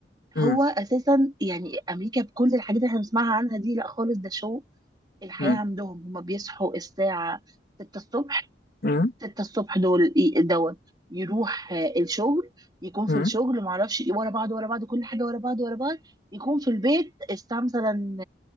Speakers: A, on the left; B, on the right.
A: امم
B: هو اساسا يعني امريكا بكل الحاجات اللي احنا بنسمعها عنها دي لا خالص ده شو الحياة
A: امم
B: عندهم هما بيصحوا الساعة 6 الصبح
A: امم
B: ستة الصبح دول إيه- دوت يروح آه، الشغل يكون في
A: امم
B: الشغل ما اعرفش ايه ورا بعض ورا بعض كل حاجه ورا بعض ورا بعض يكون في البيت الساعه مثلا